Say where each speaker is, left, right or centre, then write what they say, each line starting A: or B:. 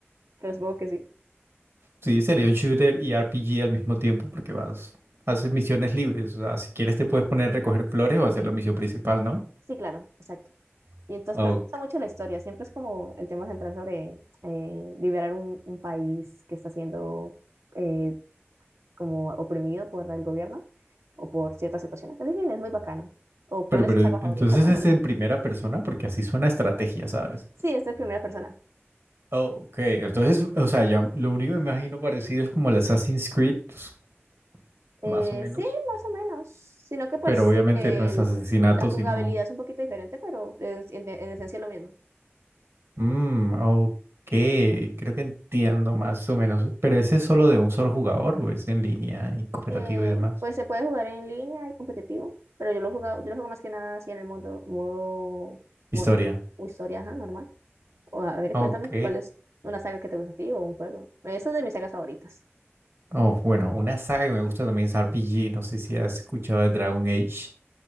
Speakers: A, on the right (about 85°); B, on the right (about 65°).
A: pero supongo que sí.
B: Sí, sería un shooter y RPG al mismo tiempo porque vas, haces misiones libres. O sea, si quieres te puedes poner a recoger flores o hacer la misión principal, ¿no?
A: Sí, claro, exacto. Y entonces,
B: Oh,
A: pero me gusta mucho la historia. Siempre es como el tema central sobre eh, liberar un, un país que está siendo eh, como oprimido por el gobierno o por ciertas situaciones. Entonces, bien, es muy bacano. ¿O cuál
B: Pero,
A: es
B: pero,
A: tu saga favorita?
B: entonces
A: Cuéntame.
B: es en primera persona porque así suena estrategia, ¿sabes?
A: Sí, esta es primera persona.
B: Ok, entonces, o sea, ya lo único que me imagino parecido es como el Assassin's Creed, pues,
A: Eh,
B: más o menos.
A: sí, más o menos, sino que pues
B: Pero obviamente
A: el-
B: no es asesinato,
A: la jugabilidad
B: sino.
A: es un poquito diferente, pero es- en, en esencia es lo mismo.
B: Mmm, ok, creo que entiendo más o menos. Pero ese es solo de un solo jugador, o es en línea y cooperativo
A: Eh,
B: y demás.
A: pues se puede jugar en línea y competitivo, pero yo lo juego, yo lo juego más que nada así en el mundo, modo,
B: Historia.
A: modo- o historia, ajá, normal. O, a ver,
B: Ok.
A: cuéntame cuál es una saga que te gusta a ti o un juego. Esa es de mis sagas favoritas.
B: Oh, bueno, una saga que me gusta también es RPG. No sé si has escuchado de Dragon Age.